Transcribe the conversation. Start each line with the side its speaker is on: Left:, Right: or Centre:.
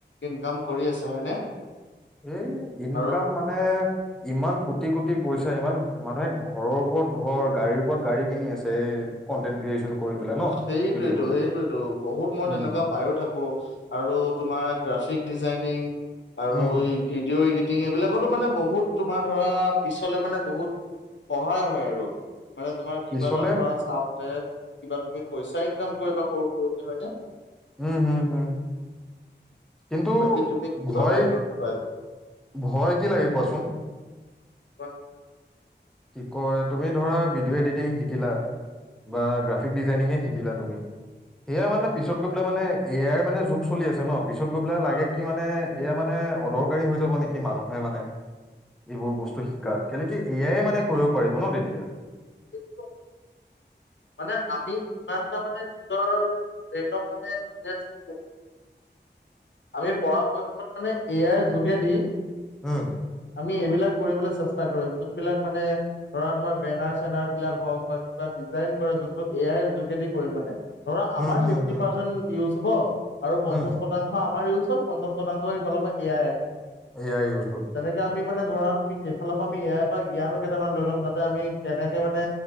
Left: ইনকাম কৰি আছে হয়নে?
Centre: এই ইনকাম
Left: আৰু
Centre: মানে ইমান কোটি-কোটি পইছা <unintelligible> ইমান মানুহে ঘৰৰ ওপৰত ঘৰ, গাড়ীৰ ওপৰত গাড়ী কিনি আছে কণ্টেন ক্ৰিয়েচন কৰি। পেলাই ন
Left: সেইটোৱেটো,
Centre: ইউটিউবত
Left: সেইটোৱেটো। বহুত মই
Centre: উম,
Left: তেনেকুৱা পাইও থাকো আৰু তোমাৰ গ্ৰাফিক ডিজাইনিং আৰু
Centre: উম,
Left: এই ভিডিঅ' এডিট এইবিলাকতো মানে বহুত তোমাৰ ধৰা পিছলে মানে বহুত সহায় হয় আৰু। মানে তোমাৰ
Centre: পিছলে
Left: কিবা এটা ধৰা চাওতে কিবা তুমি পইচা ইনকাম কৰিবা সৰু সৰুকে, হয়নে?
Centre: উম-উম-উম। কিন্তু
Left: বাকী তুমি কি
Centre: ভয়,
Left: ভাবা এইটোৰ বিষয়ে
Centre: ভয় কি লাগে কোৱাচোন?
Left: বা <unintelligible>
Centre: কি কয় তুমি ধৰা ভিডিঅ' এডিটিং শিকিলা। বা গ্ৰাফিক ডিজাইনিঙে শিকিলা তুমি। সেয়া মানে পিছত গৈ পেলাই মানে এ আই মানে যুগ চলি আছে ন। পিছত গৈ পেলাই লাগে
Left: হা,
Centre: কি মানে এয়া মানে অদৰকাৰী হৈ যাব নেকি? মানুহে মানে এইবোৰ বস্তু। শিকা
Left: এই-
Centre: কেলেকে এ আই এ মানে কৰিব পাৰিব ন তেতিয়া।
Left: <unintelligible> মানে আমি ইমানটা মানে নিজৰ ব্ৰেইনক মানে ষ্টেচ নিদো। আমি পৰাপক্ষত মানে এ আইৰ যোগেদি
Centre: উম,
Left: আমি এইবিলাক কৰিবলে চেষ্টা কৰিম। যোনবিলাক মানে ধৰা তোমাৰ বেনাৰ-চেনাৰ বিলাক হওঁক বা কিবা ডিজাইন কৰা যোনটো এ আইৰ যোগেদি কৰিম মানে। ধৰা আমাৰ
Centre: উম, হুম,
Left: ফিফটি
Centre: হুম,
Left: পাৰ্চেন্ট ইউজ হ'ব আৰু পঞ্চাছ
Centre: উম,
Left: শতাংশ আমাৰ ইউজ হল পঞ্চাছ শতাংশ। এইফালৰ পৰা A I
Centre: A I useful.
Left: তেনেকে আমি মানে ধৰা তুমি সেই ফালৰ পৰা আমি এ আইৰ পৰা জ্ঞানো কেইটামান লৈ ল'ম যাতে আমি যেনেকে মানে